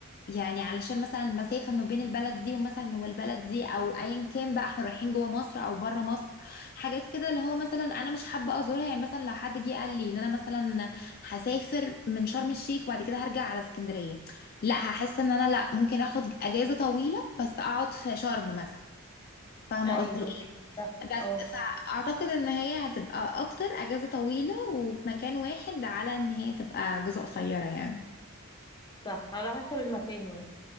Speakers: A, on the left; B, on the left.
A: يعني علشان مثلا المسافة ما بين البلد دي ومثلا والبلد دي أو أيا كان بقى احنا رايحين جوه مصر أو بره مصر حاجات كده اللي هو مثلا أنا مش حابة أزورها يعني مثلا لو حد جه قال لي إن أنا مثلا هسافر من شرم الشيخ وبعد كده هرجع على اسكندرية لا هحس إن أنا لا ممكن أخد أجازة طويلة بس أقعد في شرم مثلا فاهمة
B: ايوه
A: قصدي؟
B: صح
A: بس
B: اه
A: فاعتقد ان هي هتبقى اكتر اجازة طويلة وفي مكان واحد على ان هي تبقى اجازة قصيرة يعني
B: صح على حسب المكان يعني